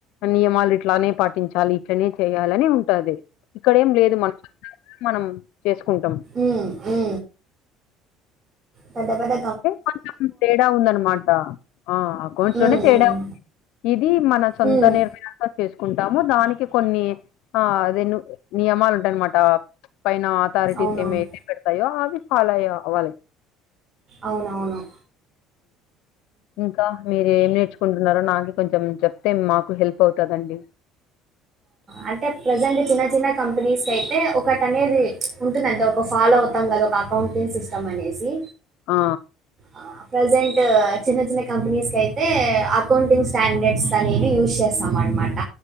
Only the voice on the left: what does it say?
నియమాలు ఇట్లనే పాటించాలి ఇట్లనే చేయాలని ఉంటది ఇక్కడేం లేదు మనకి మనం చేసుకుంటం
కొంచెం తేడా ఉందన్నమాట ఆ అకౌంట్స్
లోనే తేడా
ఉంది ఇది మన సొంత
నిర్ణయాలు చేసుకుంటాము దానికి కొన్ని ఆ అదే ను నియమాలు ఉంటాయన్నమాట పైన అథారిటీస్
ఏమయితే పెడతాయో అవి ఫాలో అయ అవ్వాలి
ఇంకా మీరు ఏం నేర్చు కుంటున్నారో నాకు కొంచెం చెప్తే మాకు హెల్ప్ అవుతాదండి
ఆ